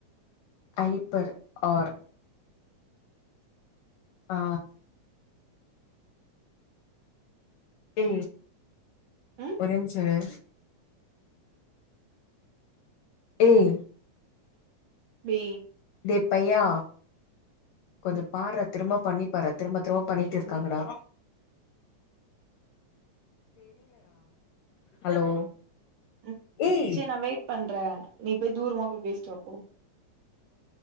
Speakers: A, on the left (about 80°); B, on the right (about 75°).
A: ஹைப்பர் ஆர் ஆ ஒரே
B: ம்
A: நிமிசம் இரு ஏய்
B: மே
A: டேய் பையா கொஞ்ச
B: ம்
A: பார்றா திரும்ப பண்ணி பர திரும்ப திரும்ப பண்ணிட்டு இருக்காங்கடா ஹலோ
B: ம்
A: ஏய்
B: செரி நா வெயிட் பண்ற நீ போய் தூரமா போய் பேசிட்டு வா போ